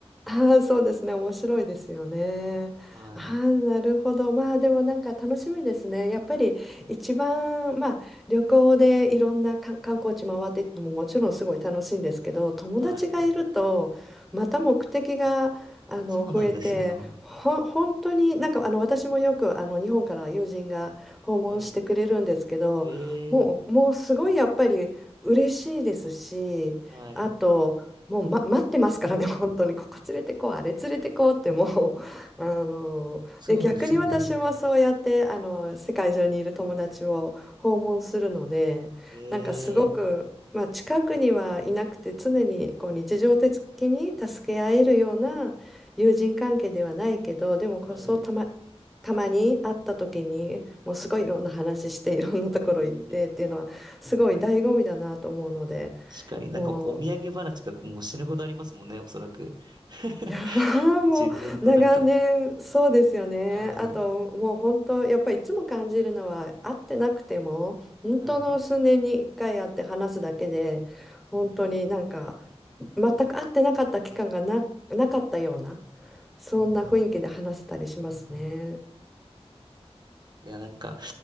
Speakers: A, in the centre; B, on the right.
A: ああ、そうですね。面白いですよね。
B: はい。
A: ああ、なるほど。まあ、でもなんか楽しみですね。やっぱり一番、まあ、旅行でいろんなか観光地回っていくのももちろんすごい楽しいんですけど、友達がいると、
B: はい。
A: また目的が、あの、
B: そうなんですよ。
A: 増えて、ほ本当になんか、あの、私もよく、あの、日本から友人が訪問してくれるんですけど、
B: はい。ええ
A: もう、もうすごいやっぱり嬉しいですし、
B: はい。
A: あと、もう、ま、待ってますからね、本当に、ここ連れてこう、あれ連れてこうって、もう、<laughs> あの、
B: そうですよね。
A: で、逆に私もそうやって、あの、世界中にいる友達を訪問するので、
B: ええ
A: なんかすごく、まあ、近くにはいなくて、常にこう日常的に助け合えるような友人関係ではないけど、でもこう、
B: はい。
A: そうたま、たまに会った時に、もうすごいいろんな話して、いろんなところ行ってっていうのは、
B: ええ
A: すごい醍醐味だなと思うので、
B: 確かになんかお土産話がもう死ぬほどありますもんね、
A: もう、
B: おそらく。<laughs>
A: いやーもう長年そうですよね。
B: 自分のなんか、はい、
A: あともう本当やっぱりいつも感じるのは会ってなくても本当の数年に1回会って話すだけで本当になんか
B: はい。
A: 全く会ってなかった期間がな、なかったようなそんな雰囲気で話せたりしますね。
B: いや、なんか、